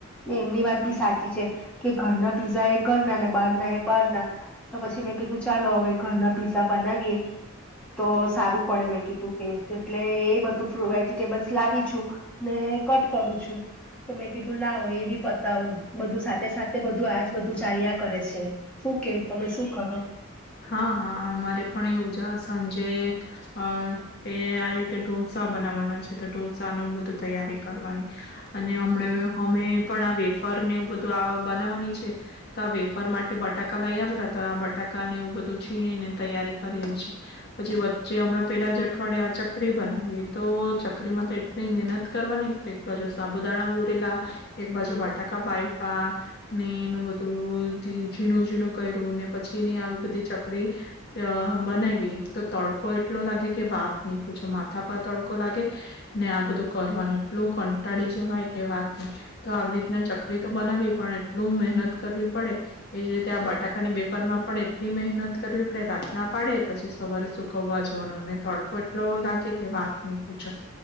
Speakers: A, in the centre; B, on the left.
A: એમ એમની વાત બી સાચી છે. કે ઘરના પીઝા એ ઘર ના, ને બહાર ના એ બહાર ના. તો પછી મેં કીધું ચાલો હવે ઘરના પીઝા બનાવીએ તો સારું. પડે. મેં કીધું કે એટલે એ બધું વેજીિટેબલ્સ લાવી છું. ને કટ કરું છું. તો મેં કીધું લાવો એ બી પતાવું બધું સાથે સાથે બધું આજ બધું ચાલ્યા કરે છે, શું કેવું તમે શું કરો?
B: હા હા! અમારે પણ યોજાસન જે અ તે આ રીતે ઢોસા બનાવવાના છે તો સાનુ બધું તૈયારી કરવાની. અને હમણા અમે પણ આ બે ફર ને એવું બધું આવા બનાવાની છે. તો વેફર માટે એ બટાકા લઈ આવેલા. તો આ બટાકા ને એવુ બધુ છીણીને તૈયારી કરીએ છીએ. પછી વચ્ચે હમણાં પેલા જ અઠવાડયે ચકરી બનાવી. તો ચકરી માં તો એટલી મહેનત કરવાની, એક બાજુ સાબુદાણા બોરેલા, એક બાજુ બટાકા બાઈફા, ને એનું બધું ઝીણું ઝીણું કર્યું. ને પછી એની આવી બધી ચકરી બનાઈવી. એક તો તડકો એટલો લાગે કે વાત નહી પૂછો, માથા પર તડકો લાગે ને આ બધું કરવાનું, એટલું કંટાળી જવાય કે વાત નહી. તો આવી રીતના ચકરી તો બનાવી પણ એટલું મહેનત કરવી પડે. એજ રીતે આ બટાકાની બેફર માં પણ એટલી મહેનત કરવી આપણે રાત ના પાડે પછી સવારે સુકવવા જોવાનો અને તડકો એટલો લાગે કે વાત નઈ. <unintelligible>